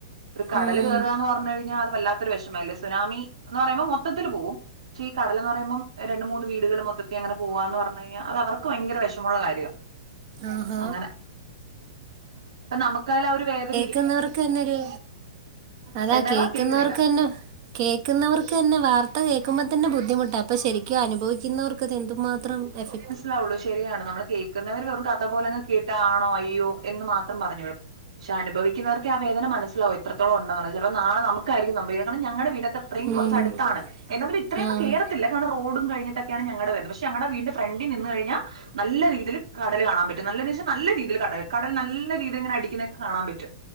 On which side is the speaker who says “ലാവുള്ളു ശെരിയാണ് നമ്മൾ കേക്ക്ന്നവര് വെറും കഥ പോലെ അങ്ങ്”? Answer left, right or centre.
Right